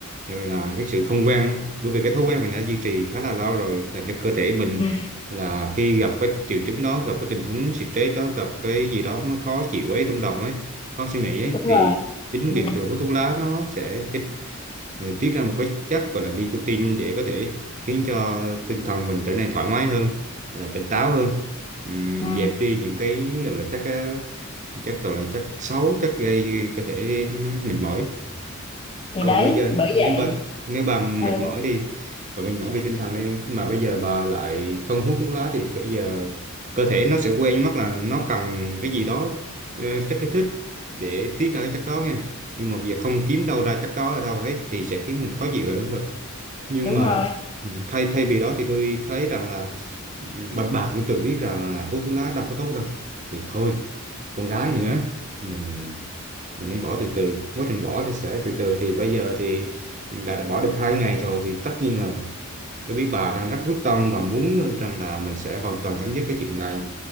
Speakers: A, on the right; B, on the left.
A: gọi là cái sự không quen bởi vì cái thói quen mình đã duy trì khá là lâu rồi làm cho cơ thể mình
B: ừ
A: là khi gặp cái triệu chứng đó gặp cái tình huống stress đó gặp cái gì đó nó khó chịu ấy trong lòng ấy khó suy nghĩ ấy
B: đúng
A: thì
B: rồi
A: chính
B: ừ,
A: việc thừa hút thuốc lá nó sẽ ờ, tiết ra một cái chất gọi là nicotine để có thể khiến cho tinh thần mình trở nên thoải mái hơn là tỉnh táo hơn Ừm,
B: ừ.
A: dẹp đi những cái gọi là chất ờ, chất gọi là chất xấu chất gây có thể ừm, mệt mỏi
B: thì
A: còn
B: đấy
A: bây giờ
B: bởi
A: nếu
B: vậy
A: bệnh nếu bà mệt
B: ừ
A: mỏi đi và mệt mỏi vì tinh thần đi mà bây giờ bà lại không hút thuốc lá thì bây giờ cơ thể nó sẽ quên mất là nó cần cái gì đó ờ, chất kích thích để tiết ra cái chất đó nha nhưng mà bây giờ không kiếm đâu ra chất đó ở đâu hết thì sẽ khiến mình khó chịu là đúng rồi nhưng
B: đúng
A: mà
B: rồi
A: ừ, thay thay vì đó thì tôi thấy rằng là ừ, bà, bà cũng tự biết rằng là hút thuốc lá đâu có tốt đâu thì thôi con gái nữa mình mình nên bỏ từ từ quá trình bỏ thì sẽ từ từ thì bây giờ thì đã, đã bỏ được hai ngày rồi thì tất nhiên là mình- tôi biết bà đang rất quyết tâm và muốn rằng là mình sẽ hoàn toàn chấm dứt cái chuyện này